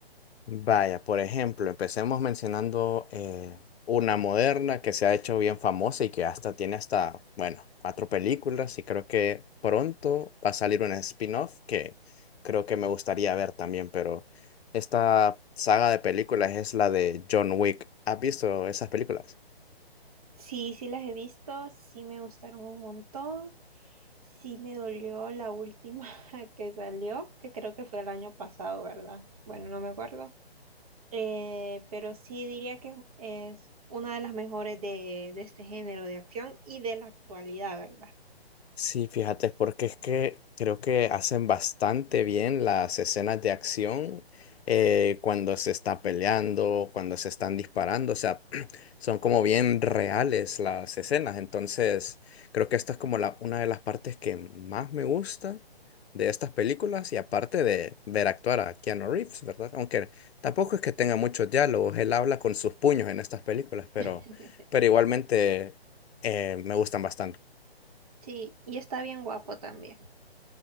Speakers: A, on the left; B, on the right.
A: Vaya, por ejemplo, empecemos mencionando eh, una moderna que se ha hecho bien famosa y que hasta tiene hasta, bueno, cuatro películas y creo que pronto va a salir una spin-off que creo que me gustaría ver también, pero esta saga de películas es la de John Wick. ¿Has visto esas películas?
B: Sí, sí las he visto, sí me gustaron un montón. Sí me dolió la última <laughs> que salió, que creo que fue el año pasado, ¿verdad? Bueno, no me acuerdo. Eh, pero sí diría que es una de las mejores de, de este género de acción y de la actualidad, ¿verdad?
A: Sí, fíjate, porque es que creo que hacen bastante bien las escenas de acción eh, cuando se está peleando, cuando se están disparando, o sea, <clears throat> son como bien reales las escenas. Entonces, creo que esta es como la, una de las partes que más me gusta de estas películas y aparte de ver actuar a Keanu Reeves, ¿verdad? Aunque tampoco es que tenga muchos diálogos, él habla con sus puños en estas películas, pero,
B: <laughs>
A: pero igualmente eh, me gustan bastante.
B: Sí, y está bien guapo también.